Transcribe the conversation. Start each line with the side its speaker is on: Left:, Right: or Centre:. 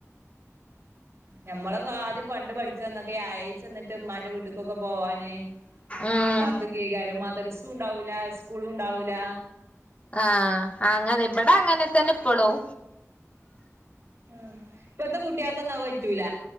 Right: ഞമ്മളൊക്കെ ആദ്യം പണ്ട് പഠിച്ചന്നൊക്കെ അയച്ചന്നിട്ട് ഉമ്മാന്റെ വീട്ടിക്കൊക്കെ പോവാന്
Left: ഉം
Right: കാത്തു <unintelligible> മ ദ്രസുണ്ടാവില്ല സ് സ്കൂളുണ്ടാവൂല.
Left: ആ അങ്ങനെ ഇബടെ അങ്ങനെ ത്തന്നെ ഇപ്പളും.
Right: ആ ഇപ്പത്തെ കുട്ടികക്കൊന്നും അത് പറ്റൂല